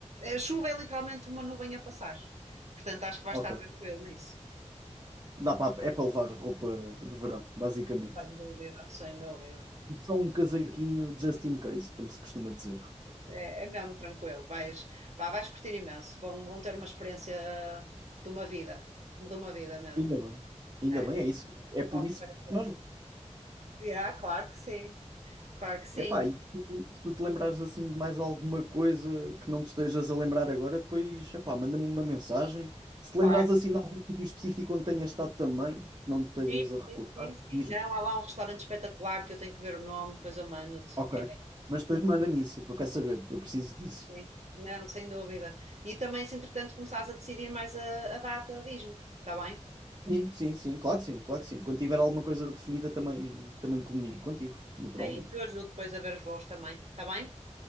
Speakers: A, on the right; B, on the right.
A: a chuva é literalmente uma nuvem a passar. Portanto, acho que vai
B: ok.
A: estar tranquilo nisso.
B: Dá para, é para levar roupa de verão, basicamente.
A: Sem dúvida, sem dúvida.
B: E só um casaquinho just in case, como se costuma dizer.
A: É, é mesmo tranquilo. Vais, pá, vais curtir imenso. Vão, vão ter uma experiência de uma vida, de uma vida mesmo.
B: Ainda bem, ainda
A: É,
B: bem, é isso. É por
A: vale
B: isso
A: super
B: que
A: a pena.
B: nós vamos.
A: Yeah, claro que sim, claro que sim,
B: Epá, e tu- se tu te lembrares assim de mais alguma coisa que não te estejas a lembrar agora, depois, epá, manda-me uma mensagem. Se te
A: claro.
B: lembrares assim de algum sítio específico onde tenhas estado também, que não te estejas
A: Sim,
B: a recordar,
A: sim, sim, sim.
B: diz-me.
A: Não, há lá um restaurante espetacular que eu tenho que ver o nome, depois eu mando-te,
B: Ok.
A: que é
B: Mas depois manda-me isso, que eu quero saber, eu preciso disso.
A: Sim. Não, sem dúvida. E também, se entretanto começares a decidir mais a, a data, diz-me, está bem?
B: Sim, sim, sim, claro que sim, claro que sim. Quando tiver alguma coisa definida, também, também comunico contigo, naturalmente.
A: É isso, eu ajudo depois a ver os voos também, está bem?